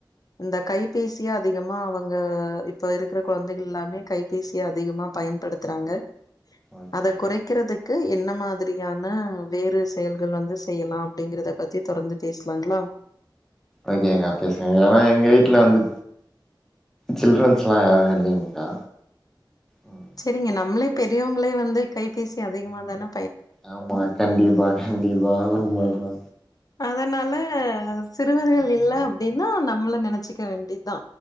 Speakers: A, on the left; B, in the centre.
A: இந்த கைபேசிய அதிகமா அவங்க இப்ப இருக்கிற குழந்தைகள் எல்லாமே கைபேசி அதிகமா பயன்படுத்துறாங்க
B: ஓகே
A: அத குறைக்கிறதுக்கு என்ன மாதி மாதிரியான வேறு செயல்கள் வந்து செய்யலா அப்படிங்கறத பத்தி தொடர்ந்து பேசலாங்களா
B: ஓகேக்கா பேசுங்க ஏனா எங்க வீட்ல வந்து சில்ட்ரன்ஸ்லா யாரு இல்லைங்க்கா ம்
A: செரிங்க நம்மளே பெரியவங்களே வந்து கைபேசி அதிகமா தானே
B: ஆமா கண்டிப்பா கண்டிப்பா உண்மதா
A: அதனால சிறுவர்கள் இல்ல அப்டின்னா நம்மள நினைச்சிக்க வேண்டிதா